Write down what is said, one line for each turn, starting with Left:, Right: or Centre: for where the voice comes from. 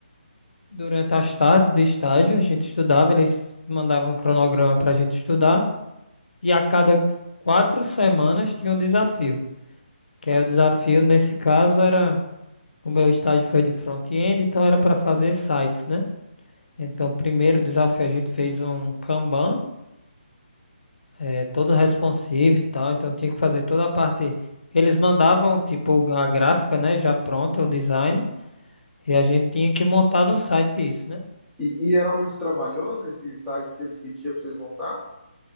Left: durante as tardes de estágio, a gente estudava, eles mandavam um cronograma pra gente estudar. E a cada quatro semanas tinha um desafio. Que aí o desafio nesse caso era, o meu estágio foi de front-end, então era para fazer sites, né? Então, primeiro desafio a gente fez um Kanban, eh, todo responsive e tal, então tinha que fazer toda a parte. Eles mandavam, tipo, a gráfica, né, já pronta, o design, e a gente tinha que montar no site isso, né?
Centre: E, e era muito trabalhoso esses sites que eles pediam pra vocês montar?